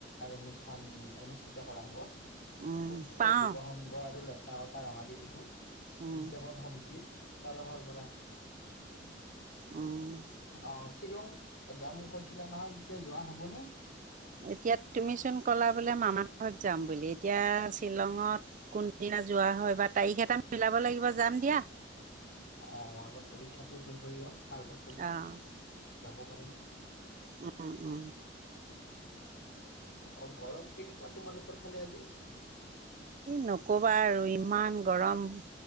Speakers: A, on the left; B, on the right.
A: অনুষ্ঠান অনুষ্ঠিত কৰা হব
B: উম,
A: সূৰ্যোদয়
B: পাওঁ
A: জীৱ সংঘৰ আৰুত গাঁৱৰ ৰঙালী বিহু
B: উম,
A: উদযাপন সমিতিৰ তৰফৰ পৰা
B: উম।
A: অ শ্বিলং যাম কৈছিলে নহয় এতিয়া যোৱা হ'বনে
B: এতিয়া তুমিচোন কলা বোলে মামা ঘৰত যাম বুলি এতিয়া শ্বিলঙত কোনদিনা যোৱা হয় বা তাৰিখ এটা মিলাব লাগিব যাম দিয়া।
A: অ আগত পৰীক্ষাটো শেষ হৈ লওক। তাৰপাছত
B: অঁ
A: যাব পাৰিম।
B: উম উ
A: অ গৰম কেনেকুৱা তোমালোকৰ ফালে আজি
B: নকবা আৰু ইমান গৰম